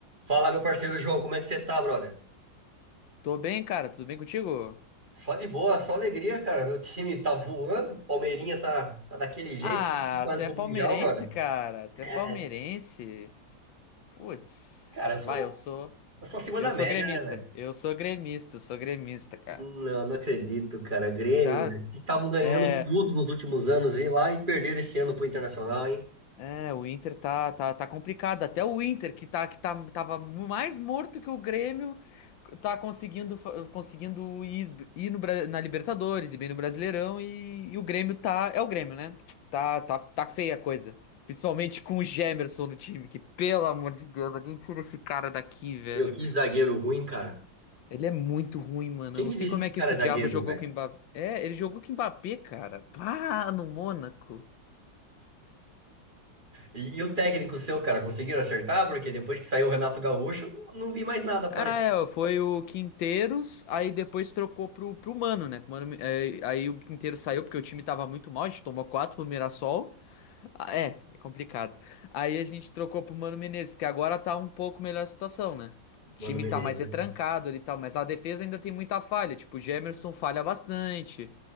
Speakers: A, on the right; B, on the left.
A: Fala, meu parceiro João, como é que você tá, brother?
B: Tô bem, cara. Tudo bem contigo?
A: Só de boa, só alegria, cara. Meu time tá voando, Palmeirinha tá, tá daquele jeito,
B: Ah,
A: tá preparando
B: tu é
A: pro
B: palmeirense,
A: Mundial, brother.
B: cara. Tu
A: É,
B: é palmeirense. Putz.
A: cara, eu sou,
B: Vai, eu sou.
A: eu sou acima
B: Eu
A: da
B: sou
A: média,
B: gremista.
A: né, velho?
B: Eu sou gremista, sou gremista, cara.
A: Não, não acredito, cara. Grêmio,
B: Tá?
A: velho. Vocês Estavam ganhando
B: É.
A: tudo nos últimos anos, hein, lá e perderam esse ano pro Internacional, hein?
B: É, o Inter tá, tá, tá complicado. Até o Inter, que, tá, que tá, tava mais morto que o Grêmio, tá conseguindo, fa- conseguindo ir, ir no, Bra- na Libertadores e bem no Brasileirão. E, e o Grêmio tá. É o Grêmio, né? Tá, tá, tá feia a coisa. Principalmente com o Gemerson no time, que pelo amor de Deus, alguém tira esse cara daqui, velho.
A: Meu, que zagueiro ruim, cara.
B: Ele é muito ruim, mano.
A: Quem
B: Eu não
A: que
B: sei
A: disse
B: como
A: que esse
B: é que
A: cara
B: esse
A: é zagueiro,
B: diabo jogou
A: velho?
B: com o Mbappé. É, ele jogou com o Mbappé, cara. Pá, no Mônaco.
A: E, e o técnico seu, cara, conseguiram acertar? Porque depois que saiu o Renato Gaúcho, eu não, não vi mais nada aparecer.
B: Ah, é, ó, foi o Quinteiros, aí depois trocou pro, pro Mano, né? Mano, é, aí o Quinteiros saiu porque o time tava muito mal, a gente tomou quatro pro Mirassol. Ah, É, é complicado. Aí a gente trocou pro Mano Menezes, que agora tá um pouco melhor a situação, né? O time
A: Mano Menezes,
B: tá mais retrancado
A: né?
B: ali e tal, mas a defesa ainda tem muita falha. Tipo, o Jamerson falha bastante.